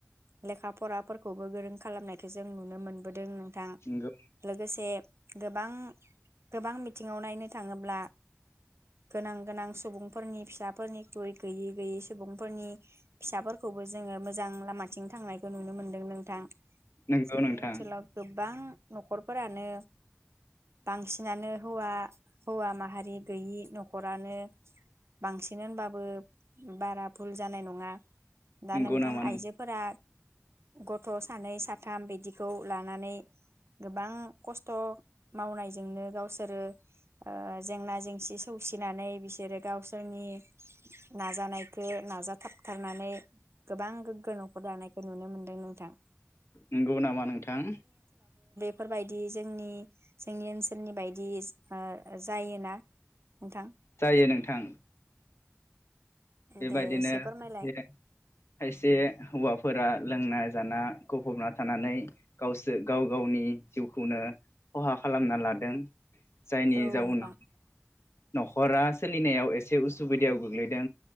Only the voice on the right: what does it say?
लेखा फराफोरखौबो गोरों खालामनायखौ जों नुनो मोनबोदों। थां
लोगोसे गोबां गोबां बिथिङाव नायनो थाङोब्ला गोनां गोनां सुबुंफोरनि फिसाफोरनिख्रुइ गैयै गैयै सुबुंफोरनि फिसाफोरखौबो जोङो मोजां लामाथिं थांनायखौ नुनो मोनदों नों थां
जोंनि
ओनसोलाव गोबां। नखरफोरानो बांसिनानो हौवा हौवा माहारि गैयि नखरानो बांसिन होनबाबो बारा भुल जानाय नङा दा
नोंथां
आइजोफोरा गथ सानै सा थाम बिदिखौ लानानै गोबां कस्थ' मावनायजोंनो गावसोरो ओ जेंना जेंसि सौसिनानै बिसोरो गावसोरनि नाजानायखो नाजाथाबथारनानै गोबां गोग्गो नखर दानायखो नुनो मोनदो नोंथां।
फोरबायदि जोंनि जोंनि ओनसोलनि बायदि ओ जायोना नोंथां
दे एसे फोरमायलाय
औ
नोंथां